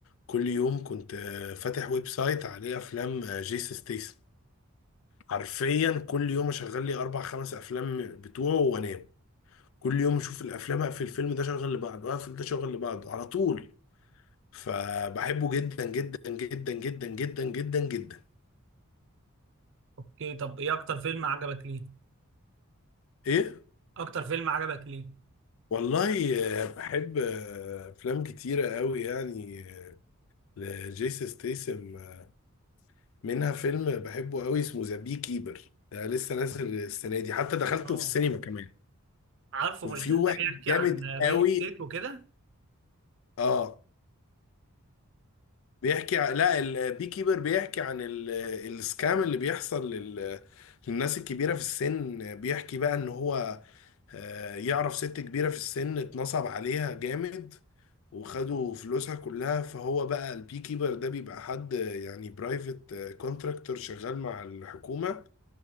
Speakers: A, on the left; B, on the right.
A: كل يوم كنت آه، فاتح ويب سايت عليه افلام آه، جيسون ستيسن حرفيا كل يوم اشغل لي اربع خمس افلام بتوعه وانام كل يوم اشوف الافلام اقفل الفيلم ده شغل لبعضه اقفل ده شغل لبعضه على طول فبحبه جدا جدا جدا جدا جدا جدا جدا
B: اوكي طب ايه اكتر فيلم عجبك ليه
A: ايه
B: اكتر فيلم عجبك ليه
A: والله آه، بحب آه، افلام كتيره قوي يعني آه، لجيسون ستيسم آه، منها فيلم بحبه قوي اسمه ذا بي كيبر ده لسه نازل السنه دي حتى دخلته
B: اه
A: في السينما كمان
B: عارفه
A: وفي
B: مش ده
A: واحد
B: اللي بيحكي
A: جامد
B: عن ريل
A: قوي
B: ستيت وكده
A: اه بيحكي ع- لا البي كيبر بيحكي عن ال- السكام اللي بيحصل لل- للناس الكبيرة في السن بيحكي بقى ان هو آه، يعرف ست كبيرة في السن اتنصب عليها جامد وخدوا فلوسها كلها فهو بقى البي كيبر ده بيبقى حد آه، يعني برايفت كونتراكتور شغال مع الحكومة